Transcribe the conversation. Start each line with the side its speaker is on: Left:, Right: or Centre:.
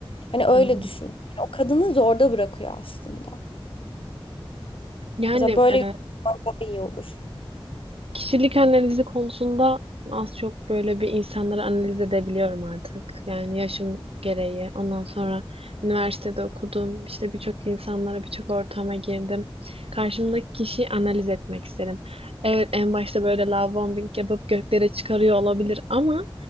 Left: Hani öyle
Right: Hı hı.
Left: düşün. Yani o kadını zorda bırakıyor aslında.
Right: Yani
Left: Mesela böyle
Right: e,
Left: yorumlar daha iyi olur.
Right: Kişilik analizi konusunda az çok böyle bir insanları analiz edebiliyorum artık. Yani yaşım gereği. Ondan sonra üniversitede okudum. İşte birçok insanlara, birçok ortama girdim. Karşımdaki kişiyi analiz etmek isterim. Evet en başta böyle love bombing yapıp göklere çıkarıyor olabilir ama